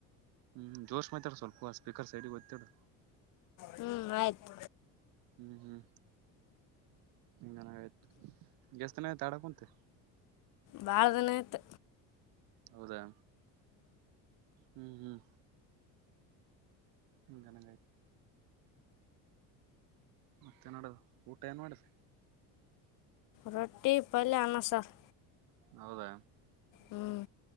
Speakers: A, on the right; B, on the left.
A: ಹ್ಮ್ ಜೋಶ್ ಮಾತಾಡ್ ಸ್ವಲ್ಪ ಸ್ಪೀಕರ್ ಸೈಡ್ಗ್ ಒತ್ತಿಡು.
B: ಹ್ಮ್ ಆಯ್ತು
A: ಹ್ಮ್ ಹ್ಮ್ <unintelligible> ಚತನ ತಡಕಂತೆ
B: ಬಾಲ್ಧಿನಾಯ್ತು
A: ಹೌದಾ ಹ್ಮ್ ಹ್ಮ್ ಹು ಗಾನಾಗಾಯಿತು ಮತ್ತೆ ನೋಡದು ಊಟ ಏನ್ ಮಾಡುದು
B: ರೊಟ್ಟಿ ಪಲ್ಯ ಅನ್ನ ಸಾರು
A: ಹೌದಾ
B: ಹ್ಮ್